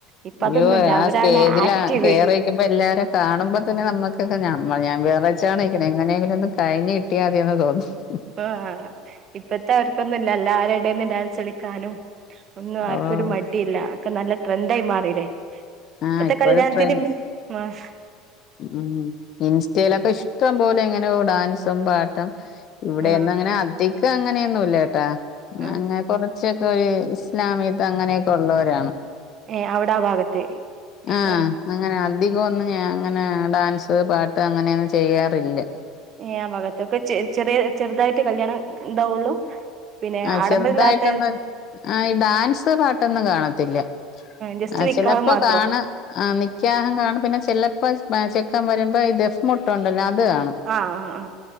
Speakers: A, on the right; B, on the left.
A: ഇപ്പ
B: അയ്യോ
A: അതൊന്നുല്ല
B: ആഹ്
A: അവരാണ്
B: സ്റ്റേജിലാ
A: ആക്റ്റീവ്
B: കേയറിരിക്കുമ്പാെ എല്ലാരും കാണ് മ്പതെന്നെ നമ്മകാെക്കെ നമ്മൾ ഞാൻ വേറെചാണേങ്കിലും നെങ്ങനെയെങ്കിലും ഒന്ന് കഴിഞ്ഞ് കിട്ടിയാതിയെന്ന് തോന്നും ഉം
A: ആഹ് ഇപ്പത്തെവർക്കൊന്നുംല്ല എല്ലാരെടേന്നും ഡാൻസ് കളിക്കാനും ഒന്നും ആർക്കും
B: ഓഹ്
A: ഒരു മടിയില്ല ഒക്കെ നല്ല ട്രെൻഡായി മാറിലേ
B: ആഹ്
A: ഇപ്പത്തെ
B: ഇപ്പഴ്
A: കല്യാൺത്തിന്
B: ട്രെൻ
A: മിസ് മാഷ്
B: ഉം ഇൻസ്റ്റൈലൊക്കെ ഇഷ്ടം പോലങ്ങനെ ഓ ഡാൻസും പാട്ടും ഇവിടെയെന്നും
A: ആഹ്
B: അങ്ങനെ അധികം അങ്ങനെയൊന്നും ഇല്ലാട്ടാ
A: ആഹ്
B: അങ്ങനെ കൊറെ ചൊക് പയേസ്ഇസ്ലാമിയത്ത് അങ്ങനെയൊക്കെ ഉള്ളവരാണ്
A: ഏഹ് അവടെ ആ ഭാഗത്ത്
B: ആഹ്
A: ആ
B: അങ്ങനെ അധികൊന്നും ഞാ അങ്ങനെ ഡാൻസ് പാട്ട് അങ്ങനെയൊന്നും ചെയ്യാറില്ല
A: ഏഹ് ആ ഭാഗത്തൊക്കെ ചെ ചെറിയ ചെറുതായിട്ട് കല്യാണം ഇണ്ടാവാെള്ളൂ പിന്നെ
B: ആഹ്
A: ആഡംബരല്ലാത്തത്
B: ചെറുതായിട്ടൊന്ന് ആഹ് ഈ ഡാൻസ് പാട്ടൊന്നും കാണത്തില്ല
A: ജസ്റ്റ്
B: ആ
A: നിക്കാഹ്
B: ചെലപ്പോ
A: മാത്രം
B: കാണാ ആഹ് നിക്കാഹും കാണും പിന്നെ ചെലപ്പാെസ് മാ ചെക്കൻ വരുമ്പായ് ദെഫ് മുട്ട്ഉണ്ടല്ലോ അത് കാണും
A: ആ ആ ആ